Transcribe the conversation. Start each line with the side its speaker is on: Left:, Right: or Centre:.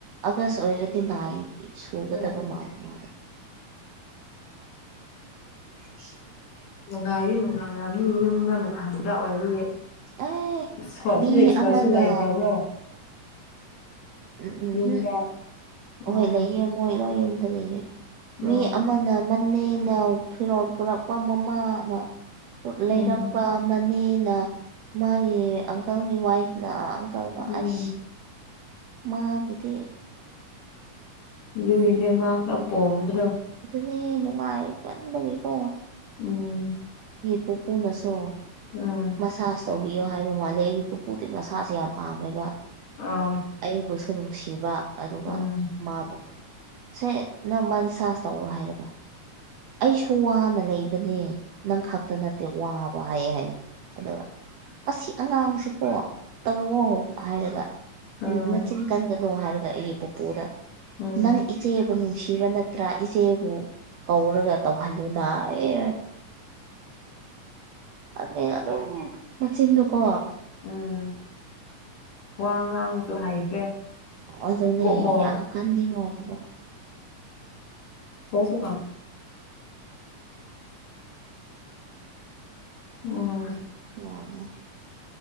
Right: ꯑꯥꯒꯁ ꯑꯣꯏꯔꯗꯤ ꯅꯥꯏꯟ ꯁꯨꯒꯗꯕ
Left: ꯎꯝ
Right: ꯃꯥꯂ ꯃꯥꯗꯣ <inaudible>
Left: ꯅꯨꯡꯉꯥꯏꯔꯤ ꯅꯨꯡꯉꯥꯏꯔꯝꯅꯤ ꯌꯨꯝꯗ ꯃꯊꯟꯇ ꯑꯣꯏꯕꯒꯤ
Right: ꯑꯦ
Left: ꯐꯁ
Right: ꯃꯤ
Left: ꯐꯤꯁ ꯀꯁꯨ
Right: ꯑꯃꯅ
Left: ꯂꯥꯏꯐ꯭ꯔꯕ꯭ꯔꯣ
Right: ꯎꯝ ꯎꯝ
Left: ꯌꯨꯝꯗ
Right: ꯎꯝ
Left: ꯑꯣ
Right: ꯍꯣꯏ ꯂꯩꯌꯦ ꯃꯣꯏ ꯌꯨꯝꯗ ꯂꯩꯌꯦ ꯃꯤ
Left: ꯑꯣ
Right: ꯑꯃꯅ ꯃꯅꯤꯡ ꯅꯤꯅ ꯐꯤꯔꯣꯜ ꯄꯨꯔꯛꯄ ꯃꯃꯥꯅ ꯂꯩꯔꯛꯄ
Left: ꯎꯝ
Right: ꯃ ꯅꯤꯅ ꯃꯥꯒꯤ ꯑꯪꯀꯜꯒꯤ ꯋꯥꯏꯐꯅ ꯑꯪꯀꯜꯅ
Left: ꯎꯝ
Right: ꯑꯁ ꯃꯥꯒꯤꯗꯤ
Left: ꯗꯨꯏꯅꯦ ꯃꯥꯈ ꯄꯣꯡꯕꯗꯣ
Right: ꯑꯦ ꯅꯨꯡꯉꯥꯏ ꯃꯟꯕꯒꯤꯀꯣ
Left: ꯎꯝ
Right: ꯄꯨꯄꯨꯅꯁꯨ
Left: ꯎꯝ
Right: ꯃꯁꯥꯥꯁ ꯇꯧꯕꯤꯌꯣ ꯍꯥꯏꯕ ꯃꯥꯂꯦ ꯑꯩꯒꯤ ꯄꯨꯄꯨꯗꯤ ꯃꯁꯥꯁꯦ ꯌꯥꯝ ꯄꯥꯝꯃꯦꯕ
Left: ꯑꯥ
Right: ꯑꯩꯕꯨꯁꯨ ꯅꯨꯡꯁꯤꯕ ꯑꯗꯨꯒ
Left: ꯎꯝ
Right: ꯃꯥꯕꯨ ꯁꯦ ꯅꯃꯟ ꯁꯥꯥꯁ ꯇꯧꯔꯣ ꯍꯥꯏꯔꯒ ꯑꯩꯁꯨ ꯋꯥꯅ ꯂꯩꯕꯅꯦ ꯅꯪ ꯈꯛꯇ ꯅꯠꯇꯦ ꯋꯥꯕ ꯍꯥꯏꯌꯦ ꯍꯥꯏꯌꯦ ꯑꯗꯨꯒ ꯃꯁꯤ ꯑꯉꯥꯡꯁꯤꯀꯣ ꯇꯧꯅꯣ ꯍꯥꯏꯔꯒ
Left: ꯑꯥ
Right: ꯅꯆꯤꯟ ꯀꯟꯒꯅꯨ ꯍꯥꯏꯔꯒ ꯑꯩꯒꯤ ꯄꯨꯄꯨꯗ
Left: ꯎꯝ
Right: ꯅꯪ ꯏꯆꯦ ꯅꯨꯡꯁꯤꯕ ꯅꯠꯇ꯭ꯔꯥ ꯏꯆꯦꯕꯨ ꯀꯧꯔꯒ ꯇꯧꯍꯜꯂꯨꯅ ꯑꯦ ꯑꯅꯦ ꯑꯗꯨꯝ ꯃꯆꯤꯟꯗꯨ ꯀꯣ
Left: ꯎꯝ ꯋꯥ ꯉꯥꯡꯕꯁꯨ ꯍꯩꯈ꯭ꯔꯦ
Right: ꯑꯗꯨꯅꯦ
Left: ꯀꯣꯛꯃꯣ
Right: ꯌꯥꯝ ꯀꯟꯅꯤꯡꯉꯣꯏꯕ
Left: <unintelligible> ꯃꯥꯅꯦ
Right: ꯌꯥꯅꯦ